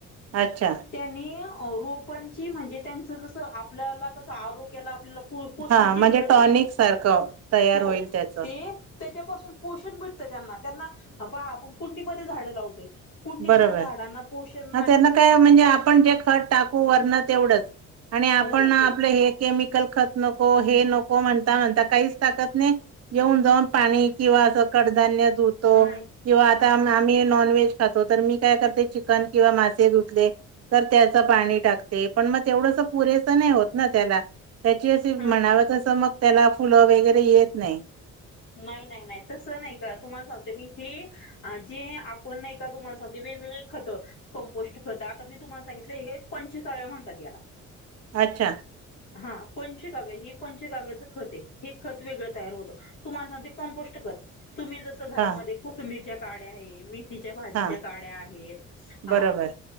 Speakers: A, on the right; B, on the left.
A: अच्छा.
B: त्यांनी रोपांची म्हणजे त्यांचं जसं आपल्याला कसं आरोग्याला आपल्याला पोषणाची
A: हा म्हणजे
B: गरज
A: टॉनिक
B: आहे
A: सारखं तयार
B: हो
A: होईल त्याच
B: ते त्याच्यापासून पोषण भेटतं त्यांना त्यांना पहा आपण कुंडीमध्ये झाडं लावतोय कुंडीतल्या
A: बरोबर
B: झाडांना पोषण नाही
A: हा त्यांना काय म्हणजे आपण जे खत टाकू वरण तेवढंच आणि आपण
B: हो
A: आपलं
B: हो
A: हे केमिकल खत नको हे नको म्हणता म्हणता काहीच टाकत नाही. येऊन जाऊन पाणी किंवा असं कडधान्य दूध
B: नाही.
A: किंवा आता आम्ही नॉनव्हेज खातो तर मी काय करते चिकन किंवा मासे धुतले तर त्याचं पाणी टाकते पण मग तेवढंस पुरेसं नाही होत ना त्याला. त्याची अशी म्हणाव
B: हा
A: तसं मग त्याला फुलं वगैरे येत नाही.
B: नाही नाही नाही तसं नाही का तुम्हाला सांगते मी हे जे आपण नाही. तुम्हालासाठी वेगवेग खतं. कंपोस्ट करत आता मी तुम्हाला सांगितलं हे पंचकाव्या म्हणतात याला.
A: अच्छा.
B: हा पंचकाव्य हे पंचकाव्याचं खत आहे हे खत वेगळं तयार होतं. तुम्हाला ना ते कं्पोस्ट कर तुम्ही जसं घरामध्ये
A: हां
B: कोथंबीरच्या काड्या आहे मी. तिच्या भाजीच्या
A: हां
B: काड्या आहेत. अ
A: बरोबर